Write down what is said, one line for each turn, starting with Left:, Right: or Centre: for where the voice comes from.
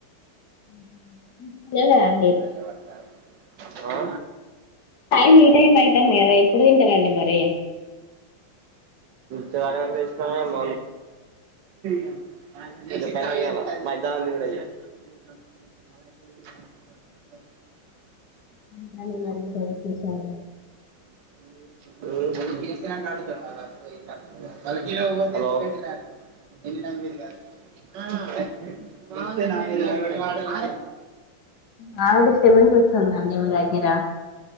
Left: ఉన్న <unintelligible>
Right: ఆ
Left: టైం ఈ టైం అవుతుంది కదా ఎప్పుడు తింటారండి మరి
Right: బార మ <unintelligible> ఇగ మధ్యాహ్నం తింటా ఇగ <unintelligible> ఏ వ
Left: ఇంకానే
Right: <unintelligible>
Left: మరి ఇంకా విశేషాలు
Right: హలో ఎ కా <unintelligible>
Left: బాగా డిస్టర్బెన్స్ వస్తుందండి మీ దగ్గర